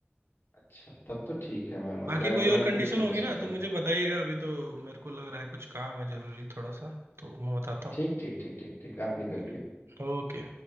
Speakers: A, on the left; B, on the right.
A: अच्छा तब तो ठीक है मैं मतलब
B: बाकी
A: एंड्रॉयड
B: कोई और कंडीशन
A: को ही फोकस
B: होगी ना
A: करता
B: तो मुझे
A: हूँ
B: बताइएगा अभी तो मेरे को लग रहा है कुछ काम है जरूरी थोड़ा सा तो मैं बताता हूँ
A: ठीक ठीक ठीक ठीक ठीक आप निकलिए
B: ठीक है ओके